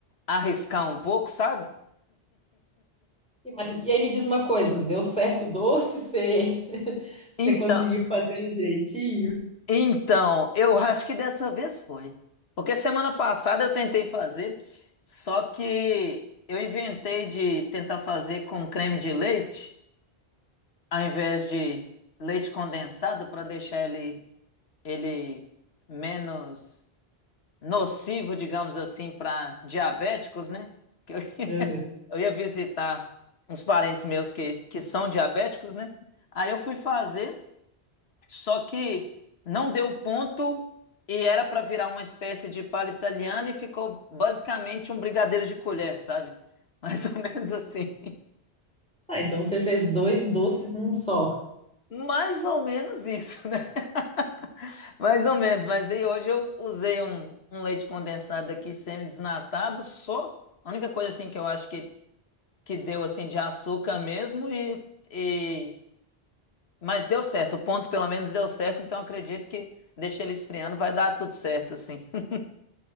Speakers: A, on the left; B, in the centre.
A: arriscar um pouco, sabe?
B: E, mas- e aí me diz uma coisa, deu certo o doce? Você, <laughs> você
A: Então,
B: conseguiu fazer ele direitinho?
A: então, eu acho que dessa vez foi. Porque semana passada eu tentei fazer, só que eu inventei de tentar fazer com creme de leite, ao invés de leite condensado, para deixar ele ele menos nocivo, digamos assim, para diabéticos, né? Que eu,
B: É.
A: eu ia visitar uns parentes meus que, que são diabéticos, né? Aí eu fui fazer, só que não deu ponto e era para virar uma espécie de palha italiana e ficou basicamente um brigadeiro de colher, sabe? Mais ou <laughs> menos assim.
B: Ah, então você fez dois doces num só.
A: Mais ou menos isso, né? <laughs> Mais ou menos, mas aí hoje eu usei um, um leite condensado aqui semi-desnatado, só. A única coisa assim que eu acho que, que deu assim de açúcar mesmo e, e- mas deu certo. O ponto pelo menos deu certo, então eu acredito que deixei ele esfriando, vai dar tudo certo assim. <laughs>